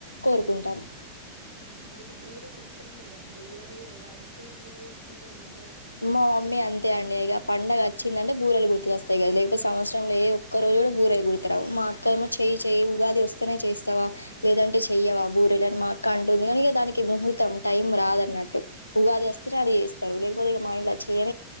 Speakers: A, on the left; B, on the right.
A: కోరుకుంటాం.
B: ఆహా మీకు బూరేలు ఇష్టం లేదా అండి ఇయర్లీ వన్స్ ఎందుకు చేసుకుంటారు మర్
A: మా మమ్మీ అంతే అండి ఇగ పండగ వచ్చిందంటే బూరేలు గుర్తుకువస్ అంతే గదా లేకపోతే సంవత్సరం లో ఏ ఒక ఒక్కరోజు కూడా బూరెలు గుర్తు రావు మా అక్క ఏమో చేయి చేయి ఉగాది వస్తేనే చేస్తావా లేదంటే చెయ్యవా బూరెలు అని మా అక్క అంటుంది కానీ ఇక దానికి ముహూర్తం టైం రాదన్నట్టు ఉగాది వస్తేనే అది చేస్తారు లే మరి ఇగ మా ఇంట్లో చేయరు